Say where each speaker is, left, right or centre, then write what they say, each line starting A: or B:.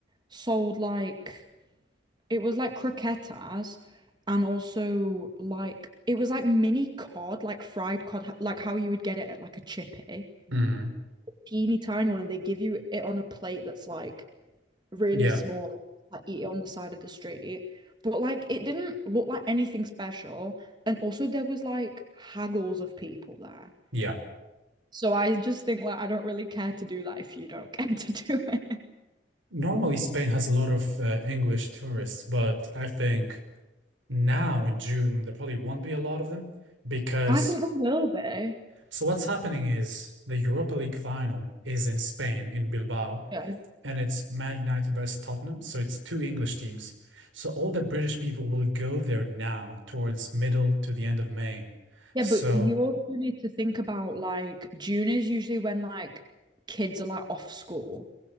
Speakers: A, on the right; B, on the right.
A: sold like it was like croquetas and also like it was like mini cod, like fried cod, h- like how you would get it at like a chippy.
B: Mm,
A: Teeny tiny one, and they give you it on a plate that's like really
B: yeah.
A: small, like eat it on the side of the street. But like it didn't look like anything special. And also there was like haggles of people there.
B: Yeah.
A: So I just think like I don't really care to do that if you don't <laughs> care to do it.
B: Normally, Spain has a lot of uh, English tourists, but I think now in June there probably won't be a lot of them because
A: I think there will be.
B: so what's happening is the Europa League final is in Spain in Bilbao
A: Yeah.
B: and it's Man United versus Tottenham, so it's two English teams. So all the British people will go there now towards middle to the end of May.
A: Yeah,
B: So
A: but you also need to think about like June is usually when like kids are like off school.